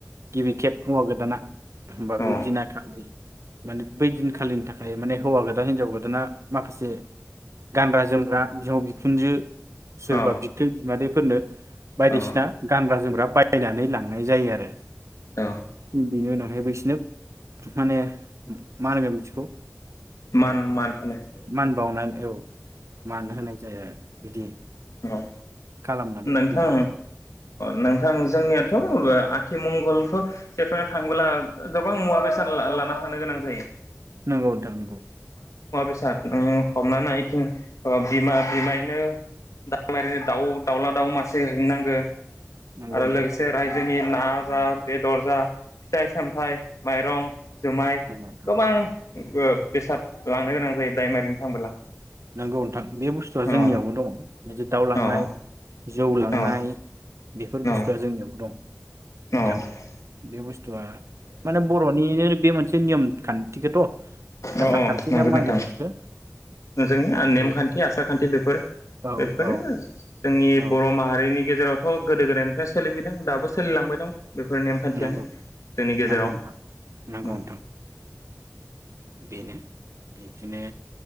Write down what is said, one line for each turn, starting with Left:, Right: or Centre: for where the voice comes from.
Right: गिबि खेब हौवा गोदाना होबा
Left: औ
Right: बे दिना खालि माने बै दिनखालिनि थाखाय माने हौवागोदान हिनजावगोदा माखासे गानग्रा जोमग्रा बिहाव बि खुनजो सोरबा
Left: औ
Right: बिबथै बिमादै फोरनो बायदिसिना
Left: औ औ
Right: गानग्रा जोमग्रा बायनानै लांनाय जायो आरो।
Left: औ।
Right: बिनि उनावहायबोसोरनो माने मा होनगोन मिथिखौ
Left: मान-मान होनाय
Right: मान बावनानै औ मान होनाय जाया बिदि
Left: औ।
Right: खालामनानै
Left: नोंथां
Right: फैयो आरो उम
Left: नोंथां जोंनिया
Right: नोंथां
Left: आथिमं मंगलखौ सेफांनानै थाङोबोला गोबां मुवा बेसाद लाना थानो गोनां जायो।
Right: नांगौ नोंथां
Left: स हमनानै ओ बिमा बिमायनो दाउ ओरैनो दाउ दाउला दाउ मासे हैनांगो
Right: नंगौ
Left: आरो
Right: नोंथां
Left: लोगोसे रायजोनि ना जा बेदर जा फिथाइ सामथाइ माइरं जुमाय
Right: नंगौ नोंथां
Left: गोबां बेसाद लांनो गोनां जायो दायमारिनो थांबोला
Right: नंगौ नोंथां बे बुस्थुआ
Left: औ
Right: जोंनियावबो दङ। बिदि दाउलांनाय
Left: औ
Right: जौ लांनाय
Left: औ
Right: बेफोर
Left: अ
Right: बुस्थुआ जोंनियाव दं। नोंथां
Left: अ
Right: बे बस्थु थुआ माने बर'निनो बे मोनसे नेम खा न्थिथ'
Left: अ
Right: आसार खान्थिनि
Left: नंगौ नोंथां
Right: मा होनगोन बिदिखौ?
Left: जोंनि नेमखान्थि
Right: बे
Left: आसार खान्थि बेफोर
Right: औ
Left: बेफोरो
Right: औ
Left: जोंनि
Right: औ
Left: बर' माहारिनि गेजेरावथ' औ गोदो गोदायनिफ्राय सोलिबोदों दाबो सोलिलांबाय दं। बेफोर नेमखान्थियानो
Right: नंगौ
Left: जोंनि गेजेराव
Right: नंगौ नोंथां नंगौ
Left: मा
Right: नोंथां बेनो बिदिनो